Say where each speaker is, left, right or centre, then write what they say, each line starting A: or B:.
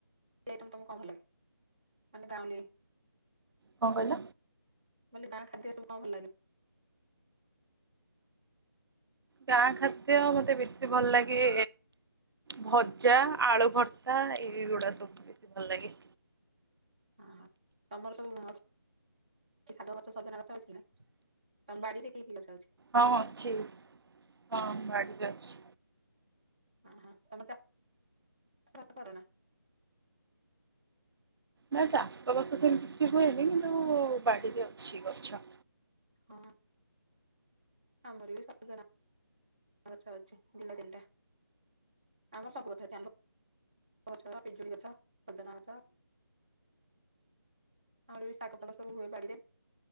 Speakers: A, on the right; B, on the right.
A: ଆଇଟମ ତମକୁ କଣ ହେଲା ମାନେ ଗାଁଉଲି
B: କଣ କହିଲ?
A: ବୋଲି ଗାଁ ଖାଦ୍ୟ ସବୁ କଣ ଭଲ ଲାଗେ?
B: ଗାଁ ଖାଦ୍ୟ ମତେ ବେଶୀ ଭଲ ଲାଗେ ଭଜା ଆଳୁ ଭର୍ତା ଏଇଗୁଡା ସବୁ ବେଶୀ ଭଲ ଲାଗେ।
A: ହଁ ହଁ ତମର ସବୁ କି ସାଗ ଗଛ ସଜନା ଅଛି ନା ତମ ବାଡ଼ିରେ କି କି ଗଛ ଅଛି?
B: ହଁ ଅଛି ହଁ ବାଡିରେ ଅଛି।
A: ହଁ ହଁ ତମ ଚା <unintelligible> ସ କରୁନା
B: ନା ଚାଷବାସ ସେମିତି କିଛି ହୁଏନି କିନ୍ତୁ ବାଡିରେ ଅଛି ଗଛ।
A: ହ। ଆମର ବି ସଜ <inaudible> ଗଛ ଅଛି ଦିଟା ତିନିଟା। ଆମର ସବୁ ଗଛ ଅଛି ଆମ୍ୱ ପଣସ ପିଜୁଳି ଗଛ ସଜନ ଗଛ। ଆହୁରି ବି ଶାଗ ଫାଗ ହୁଏ ବାଡିରେ।